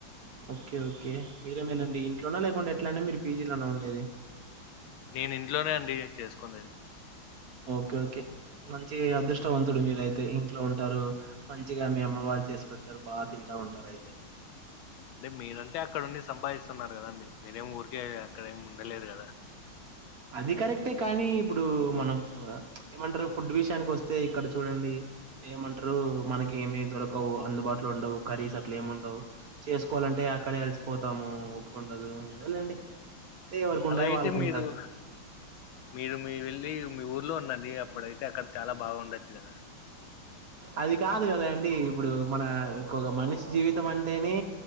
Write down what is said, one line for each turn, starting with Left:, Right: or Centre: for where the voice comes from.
Right: ఓకే ఓకే మీరే మెలండి ఇంట్లోన్నా లేకుంట ఎట్లా అండి మీరు పీజీలోనా ఉండేది
Left: నేను ఇంట్లోనే అండి చేసుకుంది
Right: ఓకే ఓకే మంచి అదృష్టవంతుడు మీరైతే ఇంట్లో ఉంటరు మంచిగా మీ అమ్మ వాళ్ళు చేసి పెడతరు బాగా తింటా ఉంటారు అయితే
Left: <inaudible> రే మీరంటే అక్కడ ఉండి సంపాదిస్తున్నారు కదాండి మీరేమి ఊరికే అక్కడ ఏమి ఉండలేదు కదా
Right: అది కరెక్టే కానీ ఇప్పుడు మనం ఏమంటరు ఫుడ్ విషయానికి వస్తే ఇక్కడ చూడండి ఏమంటరు మనకి ఏమి దొరకవు అందుబాటులో ఉండవు కర్రీస్ అట్ల ఏమి ఉండవు చేసుకోవలంటే అక్కడ అలిసిపోతాము ఒప్పుకుండదు ఎందొలేండి టె ఎవరికు ఉండేది
Left: అలా అయితే
Right: వాళ్ళకుంటది
Left: మీరు మీరు మీ వెళ్ళి మీ ఊర్లో ఉండండి అప్పుడైతే అక్కడ చాలా బాగుండొచ్చు కదా
Right: అది కాదు కదా అండి ఇప్పుడు మన ఇన్కొక మనిషి జీవితం అంటేనే